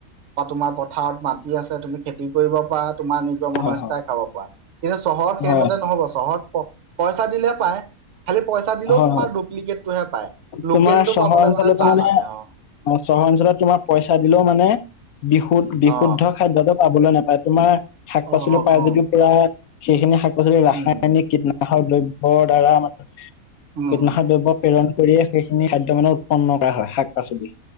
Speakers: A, on the right (about 60°); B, on the left (about 75°).
A: বা তোমাৰ পথাৰত মাটি আছে তুমি খেতি কৰিব পাৰা তোমাৰ নিজ নিজৰ
B: হয়
A: মনৰ ইচ্ছাই
B: হয়
A: খাব পৰা কিন্তু চহৰত
B: হয়
A: সেইমতে
B: হয়
A: নহ'ব চহৰত প-পইচা দিলেই পায়। খালি পইচা দিলেও
B: হয়
A: তোমাৰ
B: হয়।
A: ডুপ্লিকেটটোহে পায় লোকেলটো
B: তোমাৰ চহৰ
A: পাবলৈ
B: অঞ্চলতো
A: মানে টান আছে অ'।
B: অ', চহৰ অঞ্চলত তোমাৰ পইচা দিলেও মানে, বিশু-বিশুদ্ধ
A: অ।
B: খাদ্যটো পাবলৈ নাপায়। তোমাৰ শাক পাচলি
A: অ অ
B: পাই
A: অ।
B: যদিও পুৰা সেইখিনি শাক পাচলি ৰাসায়নিক
A: উম
B: কীটনাশক। কীটনাশক দ্ৰব্যৰ দ্বাৰা মানে
A: উম
B: কীটনাশক দ্ৰব্য প্ৰেৰণ কৰিয়ে সেইখিনি খাদ্য মানে উৎপন্ন কৰা হয় শাক পাচলি